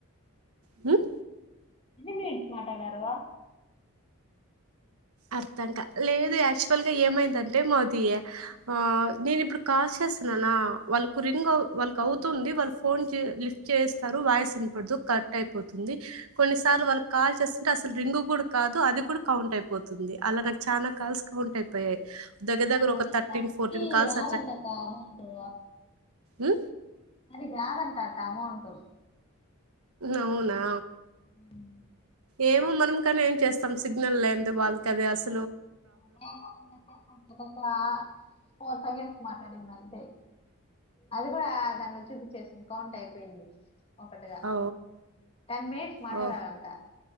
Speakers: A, on the right; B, on the left.
A: హ్మ్
B: నిన్ననే మాటడారు
A: అర్థంకాలేదు యాక్చువల్ గా ఏమైందంటే మా అది ఆ నేను ఇప్పుడు కాల్ చేసి నన వాళ్ళకు రింగ్ వాళ్ళకి అవుతుంది వాళ్ళు ఫోన్ లిఫ్ట్ చేస్తారు వాయిస్ వినపడదు కట్ అయిపోతుంది. కొన్నిసార్లు వాళ్లకి కాల్ చేస్ అంటె అసలు రింగు కూడ కాదు అది కూడా కౌంట్ అయిపో పోతుంది అలా నాకు చాల కాల్స్ కౌంట్ అయిపోయాయి. దగ్గర
B: అవునది
A: దగ్గర ఒక థర్టీన్
B: దానికి
A: ఫోర్టీన్ కాల్స్
B: రాదంటకా అమౌంటు
A: ఉ
B: దానికి రాదంటక్క అమౌంట్
A: అవునా
B: ఆ
A: ఏమో మనం కానీ ఏం చేస్తాం సిగ్నల్ లేనిది వాళ్ళకి అది ఆస్
B: అవునా నేనుగాని నిన్న చేసిన <unintelligible> ఫోర్ థౌగండ్స్ మాట్లాడింది అంతె అది కూడ దానిలో చూపించేసింది కౌంట్ అయిపోయింది. ఒకటిగా
A: ఓ
B: టెన్ మినిట్స్ మాట్లాడలంట
A: ఓ